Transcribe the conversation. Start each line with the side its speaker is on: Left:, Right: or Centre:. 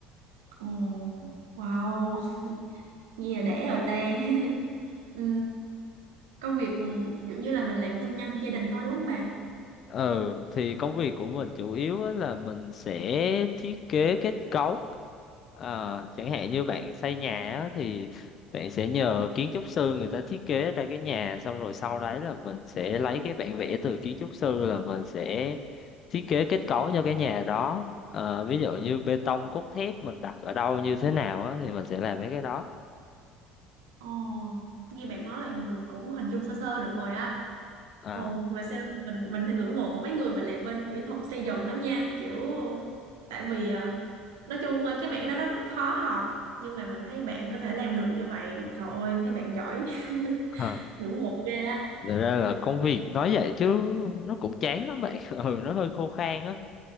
Right: Ồ, wow, nghe là đẻ rồi ta. <laughs> Ừ, công việc ừ, kiểu như là mình làm tư nhân cho gia đình thôi đúng không bạn?
Left: ờ thì công việc của mình chủ yếu á là mình sẽ thiết kế kết cấu à, chẳng hạn như bạn xây nhà á, thì bạn sẽ nhờ kiến trúc sư người ta thiết kế ra cái nhà xong rồi sau đấy là mình sẽ lấy cái bản vẽ từ kiến trúc sư là mình sẽ thiết kế kết cấu cho cái nhà đó Ờ, ví dụ như bê tông cốt thép mình đặt ở đâu như thế nào á, thì mình sẽ làm mấy cái đó
Right: Ồ, nghe bạn nói là mình cũng hình dung sơ sơ được rồi á.
Left: à
Right: Ồ, là sao mình mình thì ngưỡng mộ mấy người mà làm bên kỹ thuật xây dựng lắm nha, kiểu tại vì ờ, nói chung ờ, cái mảng đó nó rất là khó học, nhưng mà mình thấy bạn có thể làm được như vậy, trời ơi, thấy bạn giỏi, <laughs>
Left: ha.
Right: ngưỡng mộ ghê á.
Left: Thật ra là công việc nói vậy chứ nó cũng chán lắm bạn <laughs> ừ nó hơi khô khan á